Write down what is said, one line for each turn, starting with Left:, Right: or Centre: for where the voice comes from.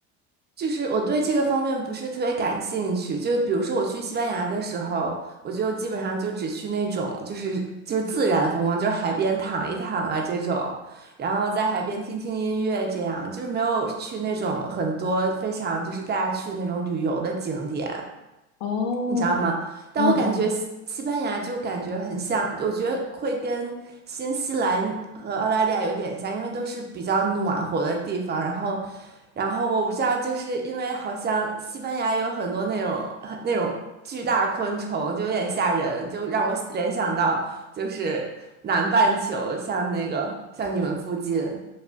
Right: 就是我对这个方面不是特别感兴趣，就比如说我去西班牙的时候，我就基本上就只去那种就是就是自然风光，就是海边躺一躺啊这种，然后在海边听听音乐这样，就是没有去那种很多非常就是大家去的那种旅游的景点。
Left: 哦，
Right: 你知道吗？但我感觉西西班牙就感觉很像，
Left: 嗯嗯，
Right: 我觉得会跟新西兰和澳大利亚有点像，因为都是比较暖和的地方。然后，然后我不知道，就是因为好像西班牙有很多那种很那种巨大昆虫，就有点吓人，就让我联想到就是南半球，像那个像你们附近。